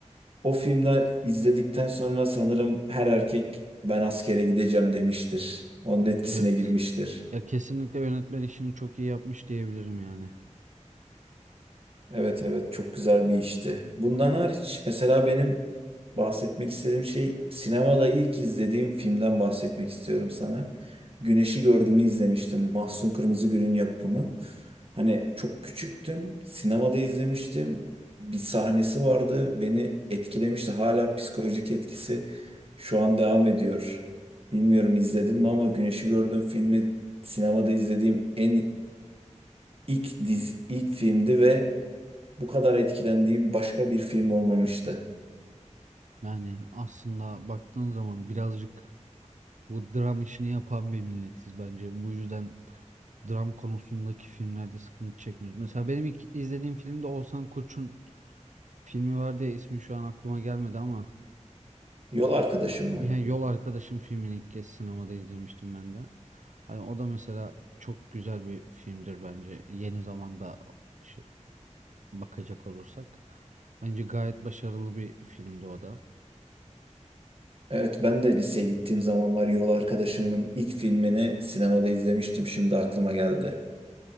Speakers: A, on the right; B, on the right.
A: O filmde izledikten sonra sanırım her erkek ben askere gideceğim demiştir. Onun etkisine
B: Evet.
A: girmiştir.
B: Ya kesinlikle yönetmen işini çok iyi yapmış diyebilirim yani.
A: Evet evet çok güzel bir işti. Bundan hariç mesela benim bahsetmek istediğim şey sinemada ilk izlediğim filmden bahsetmek istiyorum sana. Güneşi Gördüğümü izlemiştim. Mahsun Kırmızıgül'ün yapımı. Hani çok küçüktüm. Sinemada izlemiştim. Bir sahnesi vardı. Beni etkilemişti. Hala psikolojik etkisi şu an devam ediyor. Bilmiyorum izledin mi ama Güneşi Gördüğüm filmi sinemada izlediğim en ilk dizi, ilk filmdi ve bu kadar etkilendiğim başka bir film olmamıştı.
B: Yani aslında baktığın zaman birazcık bu dram işini yapan bir milletiz bence. Bu yüzden dram konusundaki filmlerde sıkıntı çekmiyoruz. Mesela benim ilk izlediğim filmde Oğuzhan Koç'un filmi vardı ya ismi şu an aklıma gelmedi ama
A: Yol Arkadaşım mı?
B: yani Yol Arkadaşım filmini ilk kez sinemada izlemiştim ben de. Hani o da mesela çok güzel bir filmdir bence. Yeni zamanda şi- bakacak olursak. Bence gayet başarılı bir filmdi o da.
A: Evet ben de liseye gittiğim zamanlar Yol Arkadaşım'ın ilk filmini sinemada izlemiştim. Şimdi aklıma geldi.